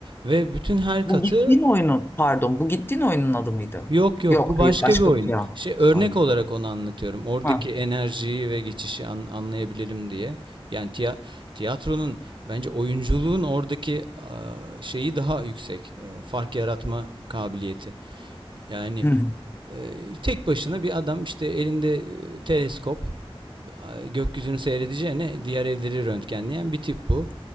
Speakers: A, on the right; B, on the left.
A: ve bütün her katı
B: Bu gittiğin oyunun, pardon, bu gittiğin oyunun adı mıydı?
A: Yok yok
B: Yok,
A: bu başka
B: hayır, başka
A: bir oyun.
B: bir şey ama.
A: Şey örnek
B: Aynen.
A: olarak onu anlatıyorum. Oradaki
B: Ha.
A: enerjiyi ve geçişi an- anlayabilelim diye. Yani tiya- tiyatronun bence oyunculuğun oradaki aa, şeyi daha yüksek. e, Fark yaratma kabiliyeti. Yani
B: Hı hı,
A: e, tek başına bir adam işte elinde e, teleskop a- gökyüzünü seyredeceğine diğer evleri röntgenleyen bir tip bu.